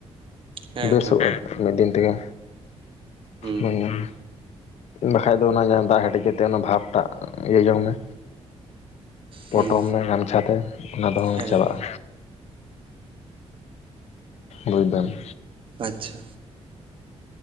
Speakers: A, on the right (about 50°); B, on the left (about 75°).
A: ᱦᱮᱸ
B: ᱵᱮᱥᱚᱜᱼᱟ
A: ᱦᱮᱸ
B: ᱢᱤᱫ ᱫᱤᱱ ᱛᱮᱜᱮ
A: ᱦᱩᱸ
B: <unintelligible> ᱵᱟᱠᱷᱟᱡ ᱫᱚ ᱚᱱᱟ ᱡᱟᱦᱟ ᱫᱟᱜ ᱦᱮᱸᱰᱮᱡ ᱠᱟᱛᱮ, ᱚᱱᱟ ᱵᱷᱟᱯ ᱴᱟᱜ ᱤᱭᱟᱹ ᱡᱚᱝ ᱢᱮ᱾
A: ᱦᱩᱸ
B: ᱯᱚᱴᱚᱢ ᱢᱮ ᱜᱟᱢᱪᱷᱟ ᱛᱮ ᱚᱱᱟ ᱫᱚᱝ
A: ᱦᱮᱸ
B: ᱪᱟᱞᱟᱜᱼᱟ᱾ ᱵᱩᱡᱫᱟᱢ ᱾
A: ᱟᱪᱪᱷᱟ᱾